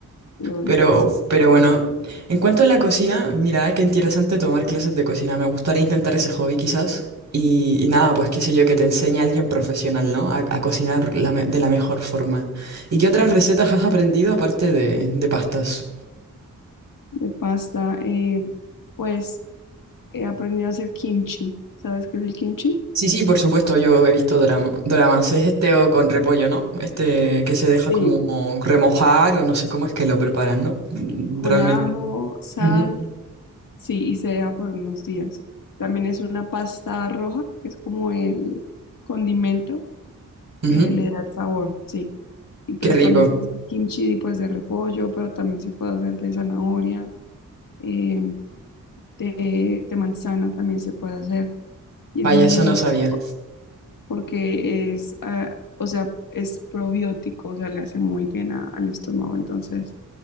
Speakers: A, on the left; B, on the right.
A: Y obvio,
B: Pero, pero bueno, en cuanto a la cocina, mira, qué interesante tomar clases de cocina. Me gustaría intentar ese hobby quizás. Y, y nada, pues qué sé yo, que te enseñe a alguien profesional, ¿no? A, a cocinar la me- de la mejor forma. ¿Y qué otras recetas has aprendido aparte de, de pastas?
A: de pasta, eh, pues he aprendido a hacer kimchi. ¿Sabes qué es el kimchi?
B: Sí, sí, por supuesto, yo he visto drama- doramas. Es este o con repollo, ¿no? Este que se deja
A: Sí.
B: como remojar o no sé cómo es que lo preparan, ¿no? Mm,
A: con
B: Realmente.
A: ajo, sal,
B: Ujú,
A: sí, y se deja por unos días. También es una pasta roja, que es como el condimento
B: ujú.
A: que le da el sabor, sí. Y pero
B: Qué rico.
A: también se hace kimchi pues de repollo, pero también se puede hacer de zanahoria, eh, de, de manzana también se puede hacer. Y
B: Vaya,
A: es muy,
B: eso no
A: muy
B: sabía.
A: rico porque es, ah, o sea, es probiótico, o sea, le hace muy bien a- al estómago, entonces